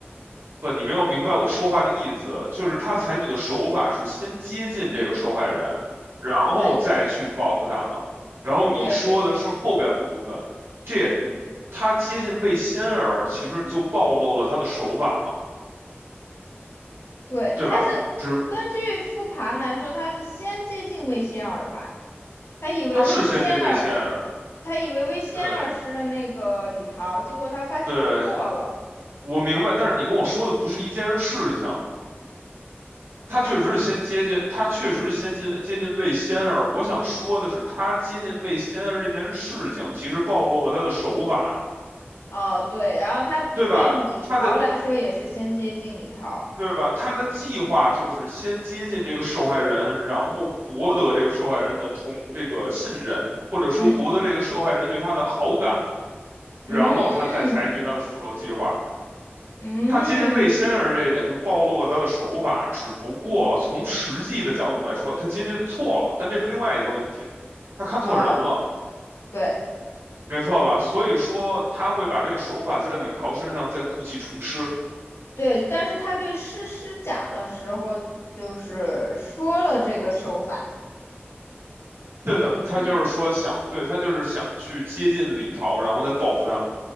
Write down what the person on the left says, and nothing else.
嗯，
对
对对
对，
他是
根据复盘来说，他是先接近魏仙儿的吧？他以为魏仙儿，
他以为魏仙儿是那个李桃，
结果他发现他错了。
OK，
那你说，
哦，对，然后他对李桃来说也是先接近李桃，
嗯嗯
嗯，
哦，对
对，但是他对诗诗讲的时候，就是说了这个手法，
这个意思吗？